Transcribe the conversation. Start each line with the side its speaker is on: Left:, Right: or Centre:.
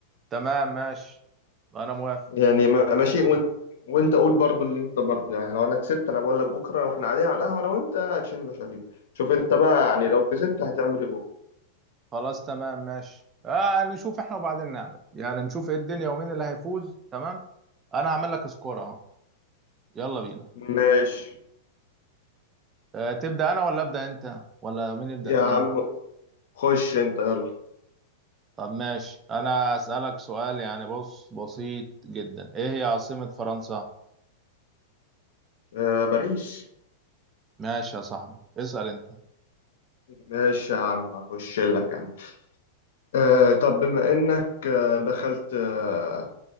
Right: تمام ماشي انا موافق
Left: يعني ما- ماشي وانت وانت قول برضو اللي انت برضو يعني لو انا كسبت انا بقول لك بكرة واحنا قاعدين على القهوة انا وانت هتشيل المشاريب شوف انت بقى يعني لو كسبت هتعمل ايه بكرة
Right: خلاص تمام ماشي آه نشوف احنا وبعدين نعمل يعني نشوف ايه الدنيا ومين اللي هيفوز تمام انا هعمل لك سكور اهو يلا بينا
Left: ماشي
Right: آه تبدا انا ولا ابدا انت ولا مين يبدا
Left: يا
Right: فينا
Left: عم خش انت يلا
Right: طب ماشي انا اسالك سؤال يعني بص بسيط جدا ايه هي عاصمه فرنسا
Left: اه باريس
Right: ماشي يا صاحبي اسال انت
Left: ماشي يا عم هخش لك انا آه، طب بما إنك آه، دخلت آه،